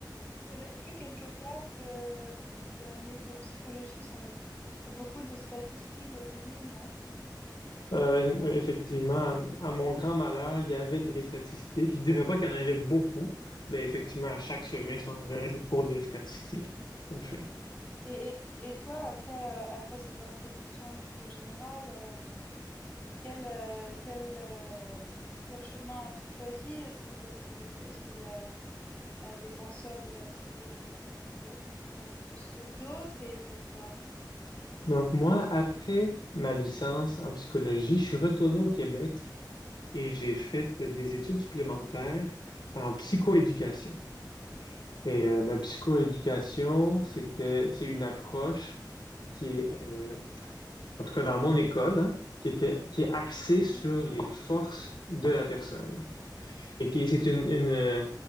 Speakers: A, on the left; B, on the left.
A: j'avais lu quelque part que les années de psychologie sont, c'est beaucoup de statistiques au début, non?
B: Euh,
A: Ou pas?
B: effectivement, à, à mon grand malheur, il y avait des statistiques. Je dirais pas qu'il y en avait beaucoup, mais effectivement, à chaque semestre,
A: D'accord.
B: on avait un cours de statistiques. Tout à fait.
A: Et, et, et toi, après, euh, après cette introduction plutôt générale, euh, Quel, euh, quel, euh, quel chemin as-tu choisi? Est-ce que toi, tu, est-ce qu'il y a euh, des penseurs de la psychologie qui t'intéressent plus que d'autres et pourquoi?
B: Donc moi, après ma licence en psychologie, je suis retourné au Québec et j'ai fait des études supplémentaires en psychoéducation. Et euh, la
A: D'accord.
B: psychoéducation, c'était, c'est une approche qui est euh, en tout cas dans mon école, hein, qui était, qui est axée
A: Mhm.
B: sur les forces de la personne. Et qui, c'est une, une, euh,